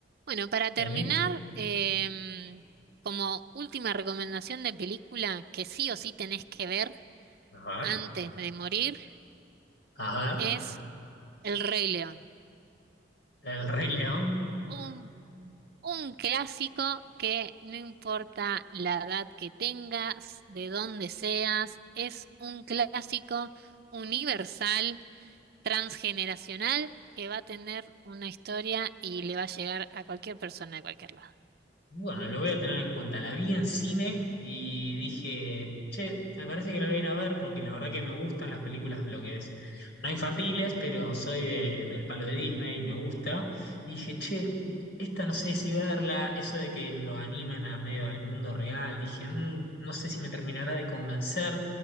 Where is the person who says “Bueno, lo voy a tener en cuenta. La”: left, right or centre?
Left